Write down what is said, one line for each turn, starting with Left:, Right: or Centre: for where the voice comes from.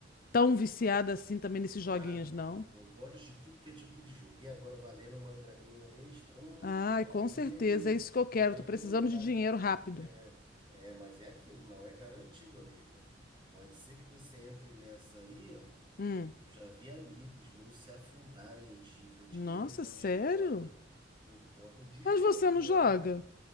Left: tão viciada assim também nesses joguinhos,
Right: Ah,
Left: não.
Right: eu gosto de tudo que é tipo de jogo. E agora valendo uma graninha extra, hum,
Left: Ai,
Right: aí
Left: com certeza,
Right: é que eu,
Left: é isso que eu quero.
Right: aí
Left: Tô precisando
Right: é que eu caio.
Left: de dinheiro rápido.
Right: É, é, mas é aquilo, não é garantido, amiga. Pode ser que você entre nessa aí, ó.
Left: Hum.
Right: Eu já vi amigos meus se afundarem em dívida, dinheiro
Left: Nossa,
Right: com
Left: sério?
Right: agiota por conta de jogo,
Left: Mas você não
Right: é.
Left: joga?